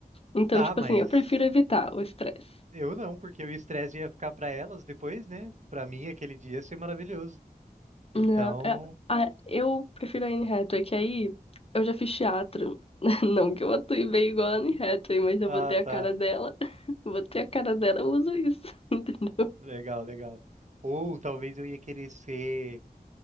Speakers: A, on the left (about 40°); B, on the right (about 50°).
A: Então,
B: tá,
A: tipo
B: mas
A: assim, eu prefiro evitar o estresse.
B: eu não, porque o estresse ia ficar pra elas depois, né? Pra mim, aquele dia ia ser maravilhoso. Então,
A: Não, é- a- eu prefiro a Anne Hathaway, que aí eu já fiz teatro. <laughs> Não que eu atue bem igual a Anne Hathaway, mas eu
B: ah,
A: botei
B: tá.
A: a cara dela, <laughs> botei a cara dela, eu uso isso, <laughs> entendeu?
B: Legal, legal. Ou talvez eu ia querer ser,